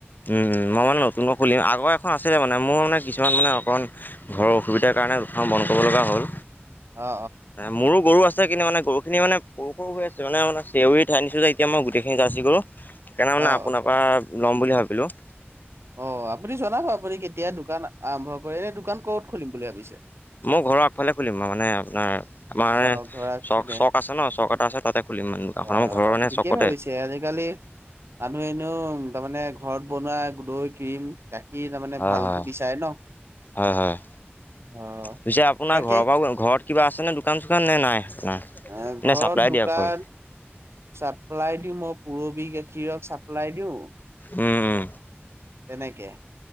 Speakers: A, on the left; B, on the right.
A: উম, মই মানে নতুনকৈ খুলিম আগৰ এখন আছিলে মান এ মানে মোৰ মানে কিছুমান মানে অকণ ঘৰৰ অসুবিধাৰ কাৰণে উসান বন্ কৰিব লগা হ'ল।
B: অ
A: তা মোৰো গৰু আছে কিন্তু মানে সৰুখিনি মানে সৰু সৰু হৈ আছে মানে <unintelligible> নিছো যেতিয়া মই গোটেইখিনি জাৰ্চি গৰু। সেইকাৰণে মানে
B: অ অ
A: আপোনাৰ পৰা ল'ম বুলি ভাবিলোঁ।
B: অ', আপুনি জনাব আপুনি কেতিয়া দোকান আৰম্ভ কৰে, এনে দোকান ক'ত খুলিম বুলি ভাবিছে?
A: মোৰ ঘৰৰ আগফালে খুলিম মানে আপোনাৰ আমাৰ
B: অ
A: এ
B: ধৰা
A: চ-চক
B: পিনে
A: আছে ন, চক এটা আছে তাতে খুলিম মানে দোকানখন
B: অ'
A: আমাৰ ঘৰৰ
B: অ'
A: মানে
B: ঠিকেই
A: চকতে
B: ভাবিছে আজিকালি মানুহ এনেি তাৰমানে ঘৰত বনোৱা দৈ, ক্ৰীম, গাখীৰ তাৰমানে
A: হয়,
B: ভালতো
A: হয়,
B: বিচাৰে ন।
A: হয়, হয়।
B: অ
A: পিছে আপোনাৰ
B: তাকে
A: ঘৰৰ পৰা ঘৰত কিবা আছে নে, দোকান চোকান নে নাই? আপোনাৰ
B: আহ, ঘৰত
A: নে চাপ্লাই
B: দোকান
A: দিয়ে অকল
B: চাপ্লাই দিওঁ, মই পুৰবি গাখীৰক চাপ্লাই দিওঁ।
A: উম, উম।
B: তেনেকে